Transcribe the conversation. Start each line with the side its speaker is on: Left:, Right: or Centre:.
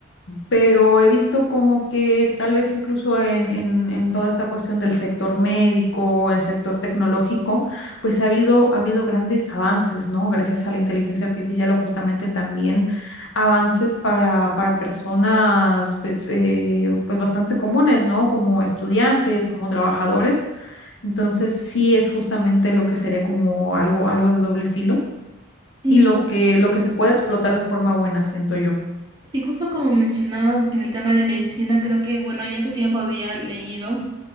Left: pero he visto como que tal vez incluso en, en, en toda esta cuestión del sector médico, el sector tecnológico, pues ha habido, ha habido grandes avances, ¿no? Gracias a la inteligencia artificial o justamente también avances para, para personas pues, eh, pues bastante comunes, ¿no? Como estudiantes, como trabajadores. Entonces sí es justamente lo que sería como algo, algo de doble filo
Right: Sí,
Left: y lo que, lo que se puede explotar de forma buena, siento yo.
Right: Sí, justo como mencionabas en el tema de medicina, creo que, bueno, ya hace tiempo había leído